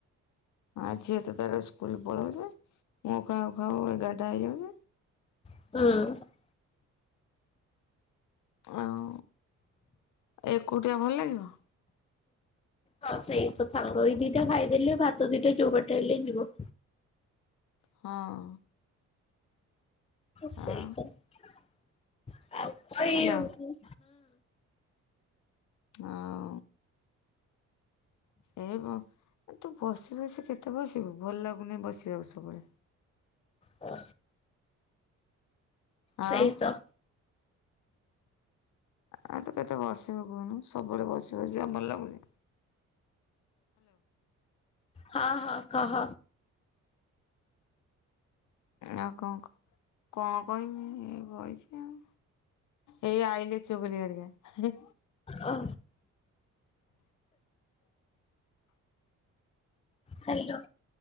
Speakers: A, on the left; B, on the left.
A: ହଁ ଝିଅ ତ ତାର ସ୍କୁଲ ପଢାଉଛ ମୁଁଖାଖାଉ ଏଗାରଟା ହେଇଯାଉଛି।
B: ହୁଁ
A: ଆଉ ଏକୁଉଟିଆ ଭଲ ଲାଗିବ।
B: ହଁ ସେଇ ତ ସାଙ୍ଗ ଏଇ ଦିଟା ଖାଇଦେଲେ ଭାତ ଦିଟା ଯୋଉ ବାଟ ହେଲେ ଯିବ।
A: ହଁ
B: ସେଇଉ
A: ଆଉ ହ୍ୟାଲୋ
B: ହୁଁ
A: ହଁ ଏ ତୁ ବସି ବସି କେତେ ବସିବୁ ଭଲ ଲାଗୁନି ବସିବା ଆଉ ସବୁବେଳେ।
B: ହ
A: ଆଉ
B: ସେଇତ
A: ଆଉ ତୁ କେତେ ବସିବୁ କୁହନୁ ସବୁବେଳେ ବସିବ ବସିବାଉ ଭଲ ଲାଗୁଛି।
B: ହଁ ହଁ କହ?
A: ଆଉ କଣ କ କଣ କହିବି ଏ ବଇସ ଆଉ। ଏଇ ଆଇିଲ ଚୁଗଳିଆରିକା।
B: ଓ ହ୍ୟାଲୋ